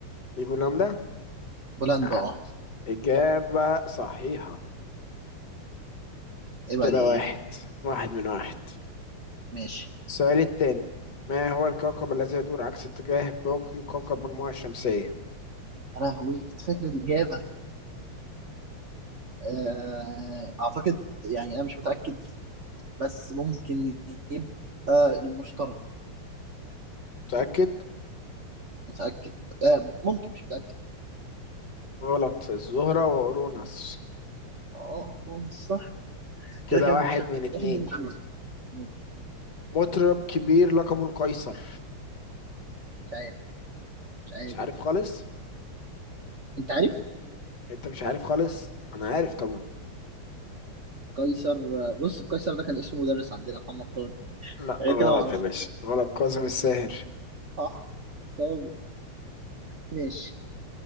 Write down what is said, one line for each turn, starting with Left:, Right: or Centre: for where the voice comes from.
Left: بولندا
Right: بولندا
Left: ع-
Right: اه
Left: اجابه صحيحه
Right: عيب
Left: كده
Right: عليك
Left: واحد واحد من واحد
Right: ماشي
Left: السؤال التاني ما هو الكوكب الذي يدور عكس اتجاه باقي كوكب المجموعه الشمسيه
Right: يا لهوي كنت فاكر الإجابة آه، أعتقد يعني أنا مش متأكد بس ممكن يبقى المشترى
Left: متاكد
Right: متأكد آه، ممكن مش متأكد
Left: غلط الزهرة وأوروناس
Right: اه رمز صح
Left: كده
Right: كده كده
Left: واحد
Right: مش هت-
Left: من اتنين
Right: واحد من الاتنين. ماشي
Left: مطرب كبير لقبه القيصر
Right: مش عارف مش عارف
Left: مش عارف خالص
Right: انت عارف
Left: انت مش عارف خالص انا عارف طبعا
Right: قيصر بص قيصر ده كان اسمه مدرس عندنا محمد طارق
Left: لا
Right: غير
Left: غلط
Right: كده معرفش
Left: يا باشا غلط كاظم الساهر
Right: صح طب ماشي